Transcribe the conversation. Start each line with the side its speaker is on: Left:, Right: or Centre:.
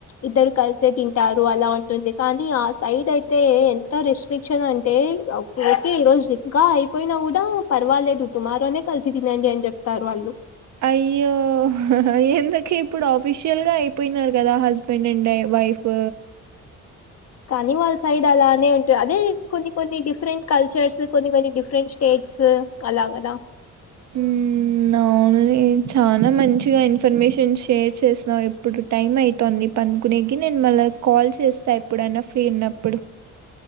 Left: ఇద్దరు కలిసే తింటారు అలా ఉంటుంది కానీ ఆ సైడ్ అయితే ఎంత రెస్ట్రిక్షన్ అంటే ఓకే ఈ రోజు నిఖా అయిపోయినా కూడా పర్వాలేదు టుమారోనే కలిసి తినండి అని చెప్తారు వాళ్ళు
Right: అయ్యో ఎందుకే ఇప్పుడు ఆఫిషియల్గా అయిపోయినారు కదా హస్బెండ్ అండ్ వై ఫ్
Left: కానీ వాళ్ళ సైడ్ అలానే ఉంటాయి అదే కొన్ని కొన్ని డిఫరెంట్ కల్చర్స్ కొన్ని కొన్ని డిఫరెంట్ స్టేట్స్ అలాగద
Right: ఉమ్మ్
Left: <inaudible>
Right: చాలా మంచిగా ఇన్ఫర్మేషన్ షేర్ చేసినావు ఇప్పుడు టైం అవుతుంది పనుకునేకి నేను మళ్ళ కాల్ చేస్తా ఎప్పుడైనా ఫ్రీ ఉన్నప్పుడు